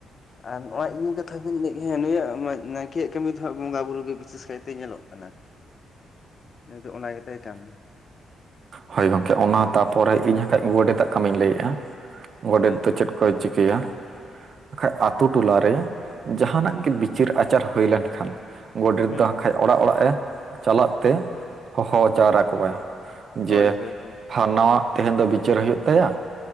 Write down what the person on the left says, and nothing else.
ᱟᱨ ᱱᱚᱜᱚᱭ ᱤᱧᱤᱜ ᱠᱟᱛᱷᱟ ᱜᱤᱧ ᱞᱟᱹᱭᱜᱟ-ᱟ ᱦᱮ ᱱᱩᱭᱟᱜ ᱢᱟᱭ ᱱᱟᱭᱠᱮᱭᱟᱜ ᱠᱟᱹᱢᱤ ᱫᱚᱦᱟᱸᱜ ᱵᱚᱸᱜᱟ ᱵᱩᱨᱩ ᱜᱮ ᱵᱤᱥᱮᱥ ᱠᱟᱭᱛᱮ ᱧᱮᱞᱚᱜ ᱠᱟᱱᱟ ᱱᱩᱤ ᱫᱚ ᱚᱱᱟ ᱜᱮᱛᱟᱭ ᱠᱟᱹᱢᱤ᱾
ᱦᱳᱭ
ᱦᱩᱸ
ᱦᱳᱭ
ᱦᱳᱭ ᱦᱳᱭ